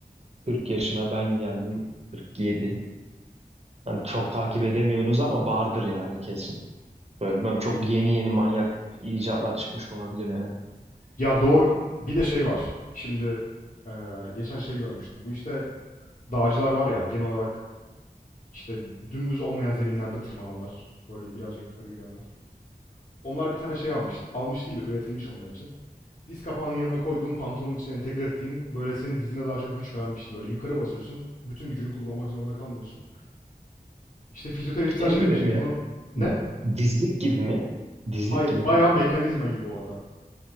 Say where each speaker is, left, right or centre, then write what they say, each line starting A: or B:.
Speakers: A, on the right; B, on the left.
A: 40 yaşına ben geldim 47. Yani çok takip edemiyoruz ama vardır yani kesin. Böyle ben çok yeni yeni manyak icatlar çıkmış olabilir yani.
B: Ya doğru. Bir de şey var. Şimdi eee, geçen şey görmüştüm. Bu işte dağcılar var ya genel olarak işte dümdüz olmayan zeminlerde tırmananlar. Böyle birazcık yukarı yürüyenler. Onlar bir tane şey almıştı. Almış değil de üretilmiş onlar için. Diz kapağının yanına koyduğun pantolonun içine entegre ettiğin böyle senin dizine daha çok güç veren bir şey böyle. Yukarı basıyorsun. Bütün gücünü kullanmak zorunda kalmıyorsun. İşte fizyoterapistler
A: Şey
B: şey
A: gibi
B: demiş.
A: mi?
B: Bunu ne?
A: Dizlik gibi mi? Dizlik
B: Hayır,
A: gibi
B: bayağı
A: mi?
B: mekanizma gibi orada.